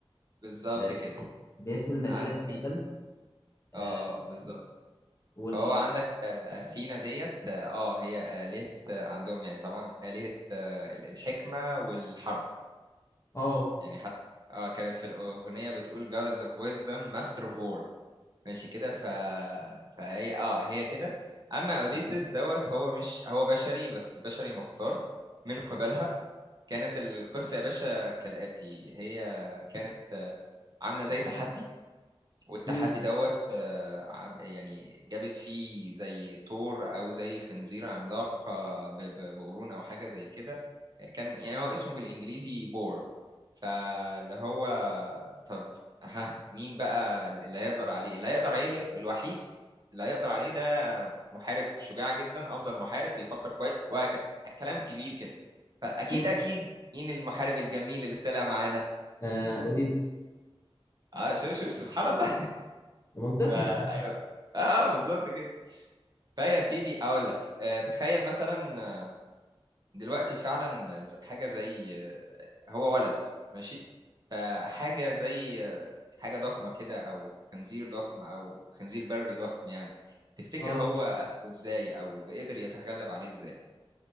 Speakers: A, on the right (about 45°); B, on the left (about 30°).
A: بالظبط
B: ب-
A: كده
B: باسم المدينه
A: عن
B: تقريبا آه،
A: اه بالظبط
B: وال
A: فهو عندك آه، اثينا ديت اه هي آلهة آه، عندهم يعني طبعا آلهة آه، الحكمة والحرب
B: اه
A: يعني حتى اه كانت في الأغنية بتقول Goddess of Wisdom Master of War ماشي كده ف... فهي اه هي كده أما أوديسيس دوت هو مش هو بشري بس بشري مختار من قبلها كانت القصة يا باشا كالآتي هي كانت عاملة زي تحدي والتحدي
B: مم.
A: دوت آه، عم- يعني جابت فيه زي ثور أو زي خنزير عملاق آه، ب- ب- بقرون أو حاجة زي كده كان يعني هو اسمه بالإنجليزي بور فاللي هو طب ها مين بقى اللي هيقدر عليه اللي هيقدر عليه الوحيد اللي هيقدر عليه ده محارب شجاع جدا أفضل محارب بيفكر كويس وكلام كبير كده فاكيد
B: مم.
A: اكيد مين المحارب الجميل اللي طلع معانا
B: آه اوديتس
A: اه شوف شوف سبحان الله <laughs>
B: منطقي
A: ف- ايوه اه آه، بالظبط كده فيا سيدي اقول لك آه، تخيل مثلا آه، دلوقتي فعلا ز- حاجه زي آه، هو ولد ماشي فحاجه زي آه، حاجه ضخمه كده او خنزير ضخم او خنزير بري ضخم يعني تفتكر
B: اه
A: هو قتله ازاي او قدر يتغلب عليه ازاي